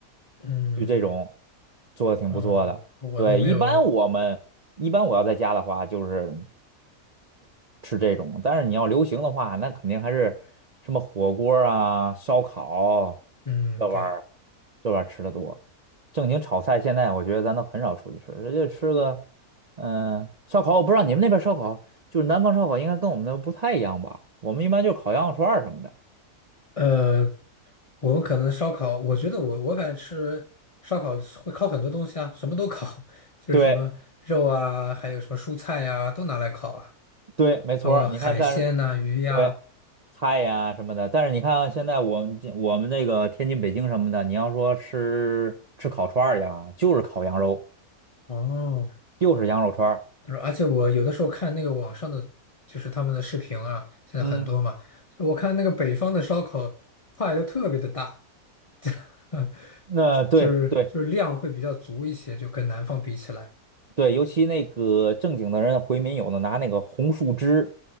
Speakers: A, on the left; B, on the right.
A: 嗯，
B: 就这种做的挺不错的。
A: 哦，我都没有，
B: 对，一般我们一般我要在家的话，就是。吃这种，但是你要流行的话，那肯定还是什么火锅啊、烧烤
A: 嗯，
B: 这玩意儿，
A: 对。
B: 这玩意儿吃的多。正经炒菜，现在我觉得咱都很少出去吃，直接吃个嗯、呃烧烤。我不知道你们那边烧烤，就是南方烧烤应该跟我们那不太一样吧？我们一般就烤羊肉串儿什么的。
A: 呃，我们可能烧烤，我觉得我我反正吃烧烤会烤很多东西啊，什么都烤，<laughs> 就是什么肉啊，
B: 对
A: 还有什么蔬菜呀、都拿来烤啊，
B: 对，没错儿你看，
A: 包括海鲜呐、
B: 但是
A: 鱼呀、
B: 对菜呀、什么的，但是你看现在我们这我们那个天津、北京什么的，你要说吃吃烤串儿呀，就是烤羊肉，
A: 哦，
B: 就是羊肉串儿。
A: 就是而且我有的时候看那个网上的，就是他们的视频啊，现在很多嘛，
B: 嗯，
A: 就是我看那个北方的烧烤块都特别的大，<laughs>
B: 那对对
A: 就是就是量会比较足一些，就跟南方比起来，
B: 对，尤其那个正经的人回民有的拿那个红树枝，